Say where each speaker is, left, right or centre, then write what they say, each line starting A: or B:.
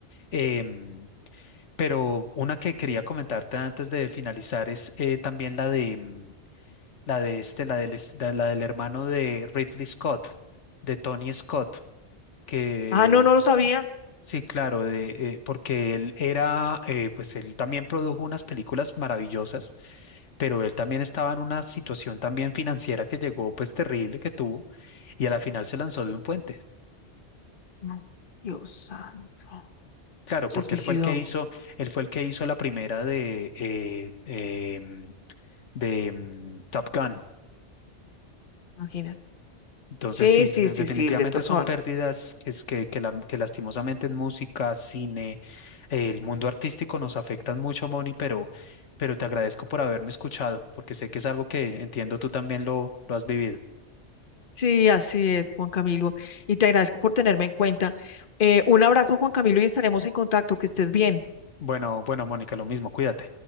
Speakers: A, on the left (about 80°); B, on the left (about 50°).
A: em, Pero una que quería comentarte antes de finalizar es eh, también la de mm, la de este, la del, es- da- la del hermano de Ridley Scott, de Tony Scott, que
B: Ah, no, no lo sabía.
A: sí, claro, de, eh, porque él era, eh, pues él también produjo unas películas maravillosas, pero él también estaba en una situación también financiera que llegó, pues terrible que tuvo, y a la final se lanzó de un puente.
B: Ay, Dios santo.
A: Claro,
B: Se
A: porque
B: suicidó,
A: él fue el que hizo, él fue el que hizo la primera de eh, em, de mm, Top Gun.
B: imagínate.
A: Entonces,
B: Sí,
A: sí,
B: sí,
A: de-
B: sí,
A: definitivamente
B: sí, el de Top
A: son
B: Gun.
A: pérdidas que, es- que, que la- que lastimosamente en música, cine, eh, el mundo artístico nos afectan mucho, Moni, pero, pero te agradezco por haberme escuchado, porque sé que es algo que entiendo tú también lo, lo has vivido.
B: Sí, así es, Juan Camilo. Y te agradezco por tenerme en cuenta. Eh, un abrazo, Juan Camilo, y estaremos en contacto. Que estés bien.
A: Bueno, bueno, Mónica, lo mismo, cuídate.